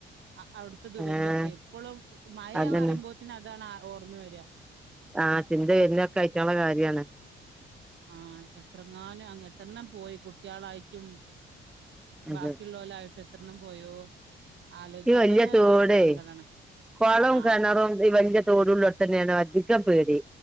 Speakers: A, on the right; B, in the centre.
A: ആ അവിട്ത്തെ ദുരന്തൊക്കെ
B: ആഹ്
A: പ്പളും മയെ
B: അതന്നെ
A: പറിമ്പോത്തിന് അതാണ് ആ ഓർമ്മ വര
B: ആ ചിന്ത വര്ണൊക്കെ അയ്റ്റങ്ങളെ കാര്യാണ്
A: ആ എത്രങ്ങാനും അന്ന് എത്രണ്ണം പോയി കുട്ട്യാളായ്ട്ടും
B: അതെ
A: ബാക്കിയുള്ളോലായിട്ട് എത്രെണ്ണം പോയോ ആലോചിക്കാൻ
B: ഈ വല്ല്യ
A: തന്നെ
B: തോടേ
A: ഒരു സങ്കടാണ്
B: കൊളും
A: ആഹ്
B: കെണറും ഈ വല്ല്യ തോട്ള്ളോട്ത്തന്നേണ് വ ൻക്ക പേടി